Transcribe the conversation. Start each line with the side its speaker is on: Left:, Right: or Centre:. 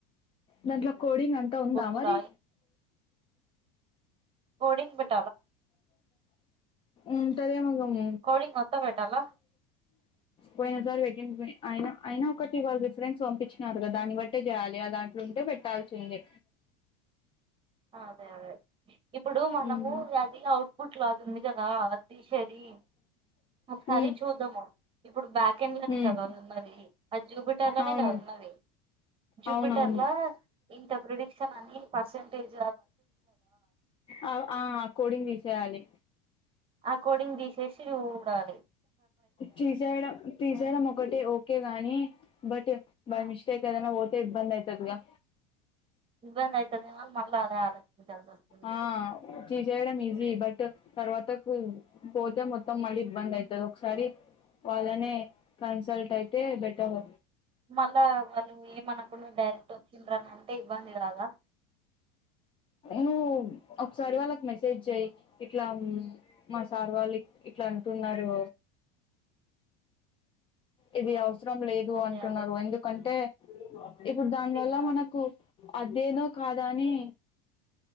Left: దాంట్లో కోడింగ్ అంతా ఉందా
Right: బొంగులు
Left: మరి
Right: ఓడింగ్ బ
Left: ఉంటదేమో గా మ్
Right: కోడింగ్ మొత్తం పెట్టాలా
Left: పోయిన సారి బేటింటిమి అయిన అయిన ఒకటి ఇవాళ్ళ రిఫరెన్స్ పంపించినారు గా దాన్ని బట్టే చేయాలి ఆ దాంట్లో ఉంటే పెట్టాల్సిందె
Right: అదే అదే ఇప్పుడు మనము
Left: ఉమ్
Right: అది అవుట్ పుట్ లాగుంది గదా అది దీసేది ఒకసారి
Left: ఉమ్
Right: చూద్దాము ఇప్పుడు బ్యాకెండ్ లోనే
Left: ఉమ్
Right: గదా అది ఉన్నది ఆ జూపిటర్ లోనే
Left: అవును
Right: గద ఉన్నది జూపిటర్ల
Left: అవునవును
Right: ఇంత ప్రిడిక్షనని పర్సెంటేజ్
Left: ఆ ఆ కోడింగ్ తీసేయాలి.
Right: ఆ కోడింగ్ తీసేసి జుడాలి
Left: తీసేయడం తీసేయడం ఒకటే ఓకే గాని బట్ బై
Right: ఆ,
Left: మిస్టేక్ ఏదన్నా బొతే ఇబందయితది గా
Right: ఇబ్బంది అవుతుందేమో అని మళ్ళీ అదే ఆలోచించాల్సి వస్తుంది
Left: ఆ తీసేయడం ఈజీ బట్ తర్వాత కు పోతే మొత్తం మళ్ళీ ఇబ్బంది అయి ఒకసారి వాళ్ళనే కన్సల్ట్ అయితే బెటర్
Right: మళ్ళా వాళ్ళు ఏమనకుండా డైరెక్ట్ వచ్చిండ్రు ఆనంటే ఇబ్బంది గాదా
Left: మ్మ్ ఒకసారి వాళ్ళకి మెసేజ్ అయ్యి ఇట్లా మా సార్ వాళ్ళు ఇట్లా అంటున్నారు. ఇది అవు చడం లేదు
Right: అదే
Left: అంటున్నారు
Right: అదే
Left: ఎందుకంటే ఇప్పుడు దాని
Right: చేయాలి
Left: వల్ల మనకు
Right: అదే
Left: అదేనో కాదని